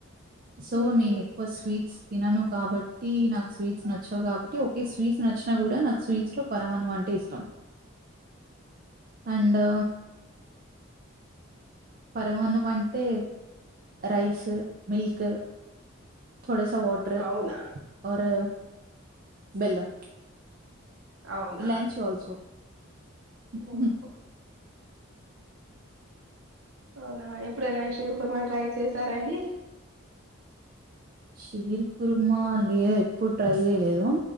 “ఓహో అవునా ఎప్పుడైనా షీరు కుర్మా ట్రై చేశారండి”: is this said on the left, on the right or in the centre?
Right